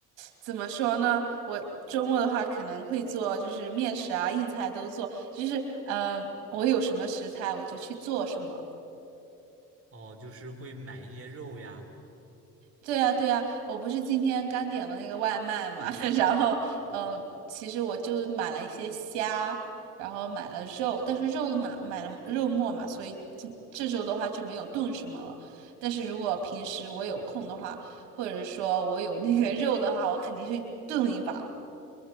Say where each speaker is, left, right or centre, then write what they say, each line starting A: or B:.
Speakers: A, on the right; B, on the right.
A: 怎么说呢？我周末的话可能会做，就是面食啊、硬菜都做，就是嗯、呃我有什么食材我就去做什么。
B: 哦，就是会买一些肉呀，
A: 对呀，对呀，我不是今天刚点了那个外卖嘛，<laughs> 然后，嗯、其实我就买了一些虾，然后买了肉，但是肉的嘛，买了肉末嘛，所以这这周的话就没有炖什么了。但是如果平时我有空的话，或者说我有那个肉的话，我肯定去炖一把。